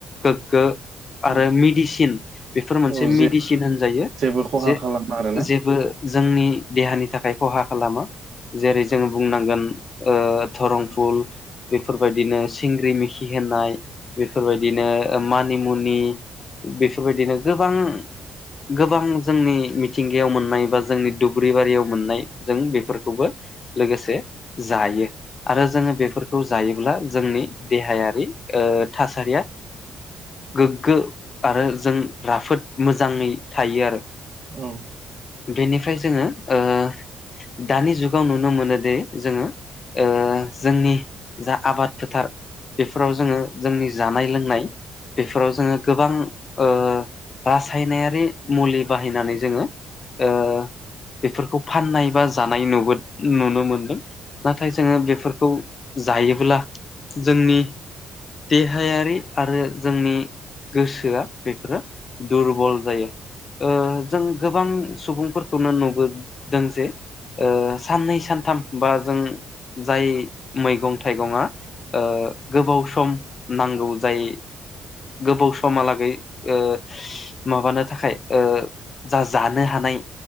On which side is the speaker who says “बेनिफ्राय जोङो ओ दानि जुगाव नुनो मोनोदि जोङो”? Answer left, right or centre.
Left